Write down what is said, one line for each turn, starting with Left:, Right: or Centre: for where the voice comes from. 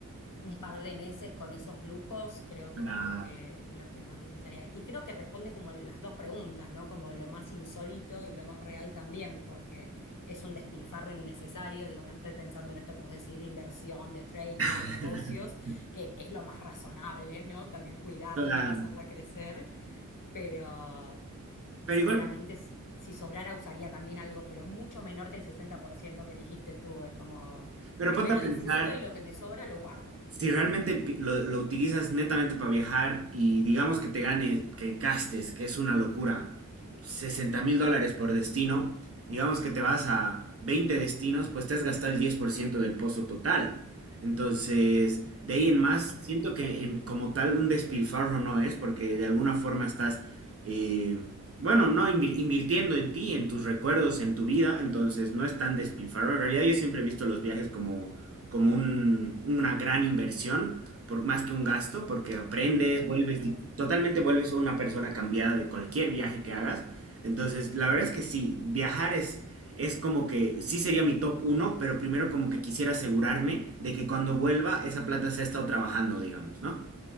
Left: un par de meses con esos lujos, creo que
Right: claro.
Left: es lo que, lo que más disfrutaría. Y creo que responde como las dos preguntas, ¿no? Como lo más insólito y lo más real también, porque es un despilfarro innecesario. Digo, no estoy pensando en esto que vos decís de inversión, de trading,
Right: <laughs>
Left: de negocios, que es lo más razonable, ¿no? También cuidarla
Right: Claro.
Left: y hacerla crecer, pero
Right: Pero
Left: seguramente
Right: igual,
Left: si, si sobrara usaría también algo, pero mucho menor que el 60% que dijiste tú. Es como,
Right: pero
Left: primero
Right: ponte a pensar,
Left: disfruto y lo que me sobra lo guardo.
Right: Si realmente lo, lo utilizas netamente para viajar y digamos que te ganes, que gastes, que es una locura, sesenta mil dólares por destino, digamos que te vas a 20 destinos, pues te has gastado el 10% del pozo total. Entonces, de ahí en más,
Left: Queda,
Right: siento que en- como tal un despilfarro no es, porque de alguna forma estás, eh, bueno, no invir- invirtiendo en ti, en tus recuerdos, en tu vida, entonces no es tan despilfarro. En realidad yo siempre he visto los viajes como como un- una gran inversión, por, más que un gasto, porque aprendes,
Left: totalmente.
Right: vuelves, di- totalmente vuelves una persona cambiada de cualquier viaje que hagas. Entonces, la verdad es que sí, viajar es, es como que sí sería mi top uno, pero primero como que quisiera asegurarme de que cuando vuelva esa plata se ha estado trabajando, digamos, ¿no?